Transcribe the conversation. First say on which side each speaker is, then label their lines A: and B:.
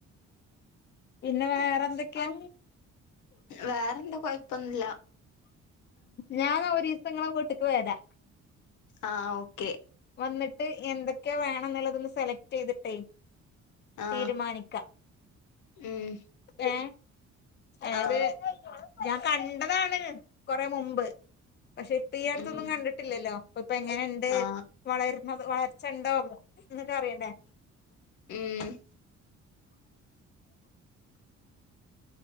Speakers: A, on the left; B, on the left.
A: പിന്നെ വേറെ എന്തൊക്കെയാ
B: വേറെന്താ കൊഴപ്പൊന്നുല്ല
A: ഞാൻ ഒരീസം ഇങ്ങളെ വീട്ടിക്ക് വരാ
B: ആഹ് ഓക്കെ
A: വന്നിട്ട് എന്തൊക്കെയാ വേണംന്നുള്ളതൊന്ന് സെലക്ട്യ്തിട്ടേ
B: ആ
A: തീരുമാനിക്കാം
B: ഉം
A: ഏഹ് എത്.
B: ആ
A: ഞാൻ കണ്ടതാണ് കൊറേ മുമ്പ് പഷെ. പ്പി അടുത്തൊന്നും
B: ഉം
A: കണ്ടിട്ടില്ലല്ലോ ഇപ്പൊ എങ്ങനെണ്ട്
B: ആ
A: വളര് ണ വളർച്ചണ്ടോ.. ഇന്നതറിയണ്ടേ..
B: ഉം